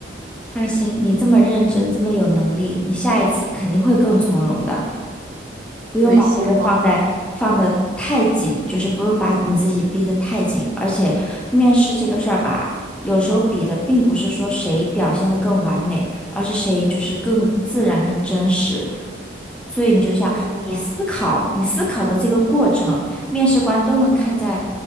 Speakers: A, in the centre; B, on the right.
A: 放心，你这么认真，这么有能力，你下一次肯定会更从容的，不用把这个放在放的太紧，
B: 对，希望吧，
A: 就是不用把你自己逼得太紧。而且面试这个事儿吧，有时候比的并不是说谁表现得更完美，而是谁就是更自然、更真实。所以你就像你思考，
B: 哇。
A: 你思考的这个过程，面试官都能看在